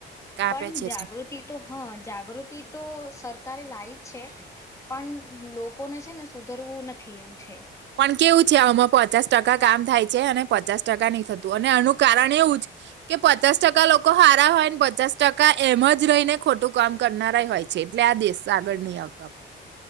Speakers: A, on the right (about 65°); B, on the left (about 15°).
A: કાપે
B: પણ
A: છે.
B: જાગૃતિ તો હા જાગૃતિ તો સરકારે લાવી જ છે પણ લોકોને છે ને સુધરવું નથી એવું છે.
A: પણ કેવું છે આમાં પચાસ ટકા કામ થાય છે અને પચાસ ટકા નહી થતું અને એનું કારણ એવું જ કે પચાસ ટકા લોકો હારા હોયને પચાસ ટકા એમ જ રહીને ખોટું કામ કરનારાય હોય છે એટલે આ દેશ આગળ નહી આપવા